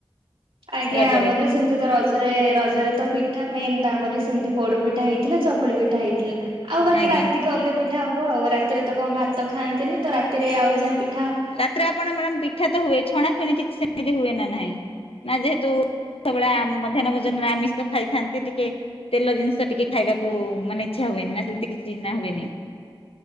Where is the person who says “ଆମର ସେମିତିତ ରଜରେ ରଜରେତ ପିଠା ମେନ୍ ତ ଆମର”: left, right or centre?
Right